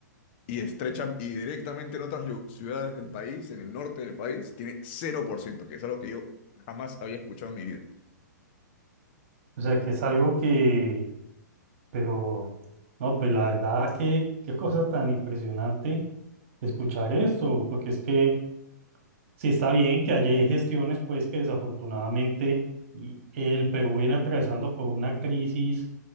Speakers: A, on the left; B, on the right.
A: y estrecha y directamente en otras lu- ciudades del país, en el norte del país, tiene cero por ciento. que es algo que yo jamás había escuchado en mi vida,
B: O sea, que es algo que, pero, no, pues la verdad, que qué cosa tan impresionante escuchar esto, porque es que sí está bien que haya gestiones, pues que desafortunadamente y- el Perú viene atravesando por una crisis